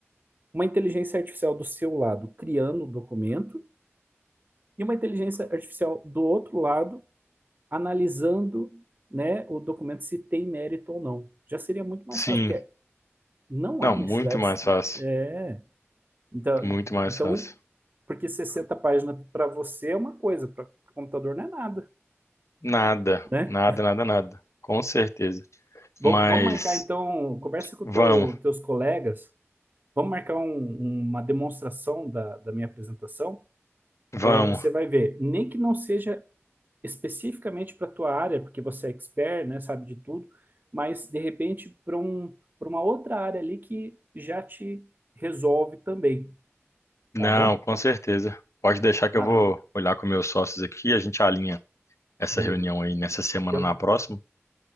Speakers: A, on the right; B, on the left.
A: Uma inteligência artificial do seu lado criando o documento e uma inteligência artificial do outro lado analisando né, o documento se tem mérito ou não. Já seria muito mais
B: Sim.
A: fácil, porque não
B: Não,
A: há necessidade.
B: muito mais fácil.
A: É, então,
B: Muito mais
A: então,
B: fácil.
A: porque 60 páginas para você é uma coisa, para o computador não é nada,
B: Nada,
A: né?
B: nada, nada, nada. Com certeza.
A: Bom,
B: Mas
A: vamos marcar então, conversa com
B: vamos,
A: teu, teus colegas, vamos marcar um, uma demonstração da, da minha apresentação.
B: vamos.
A: É, você vai ver, nem que não seja especificamente para a tua área, porque você é expert, né, sabe de tudo, mas de repente para um, para uma outra área ali que já te resolve também,
B: Não,
A: tá bom?
B: com certeza. Pode deixar que
A: Maravilha,
B: eu vou olhar com meus sócios aqui, a gente alinha essa
A: beleza.
B: reunião aí nessa semana
A: Eu,
B: ou na próxima.